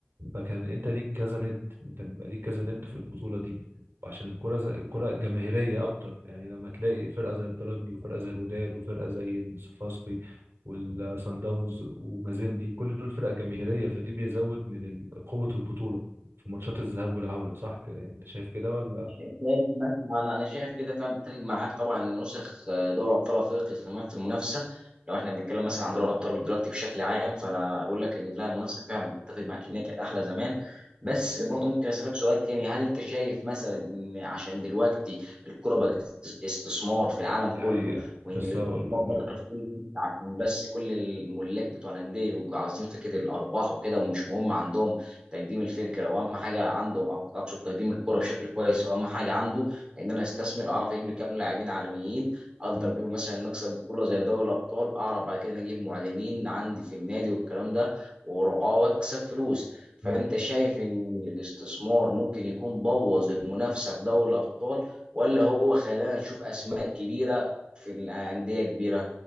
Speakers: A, on the right; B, on the right.
A: فكان انت ليك كذا ند انت بيبقى ليك كذا ند في البطوله دي وعشان الكره زي الكره جماهيريه اكتر يعني لما تلاقي فرقه زي الترجي وفرقه زي الوداد وفرقه زي الصفاقسي والسان داونز ومازيمبي كل دول فرق جماهيريه فدي بيزود من ال- قوه البطوله في ماتشات الذهاب والعوده صح كده يعني انت شايف كده ولا
B: شايف مثلا انا أنا شايف كده فاهم بتفق معاك طبعا ان نسخ آه، دوري ابطال افريقيا زمان في المنافسه لو احنا بنتكلم مثلا عن دوري ابطال دلوقتي بشكل عام فانا اقول لك ان لا منافسه فعلا بتفق معاك ان هي كانت احلى زمان بس
A: مم.
B: برضه ممكن اسالك سؤال تاني هل انت شايف مثلا ان عشان دلوقتي الكوره بقت است- استثمار في العالم
A: دي
B: كله
A: حقيقه
B: وان
A: لسه
B: الاستثمار
A: هقول
B: بقى
A: لك برضه
B: في كل حته عشان بس كل الملاك بتوع الانديه بيبقوا عاوزين فكره الارباح وكده ومش مهم عندهم تقديم الفكره واهم حاجه عنده أق- اقصد تقديم الكره بشكل كويس واهم حاجه عنده ان انا استثمر اعرف اجيب لي كام لاعبين عالميين اقدر
A: مم.
B: بيهم مثلا نكسب بطوله زي دوري الابطال اعرف بعد كده إن اجيب معلنين عندي في النادي والكلام ده ورعاه واكسب فلوس فانت
A: مم.
B: شايف ان الاستثمار ممكن يكون بوظ المنافسه في دوري الابطال ولا هو خلانا نشوف اسماء كبيره في الانديه كبيره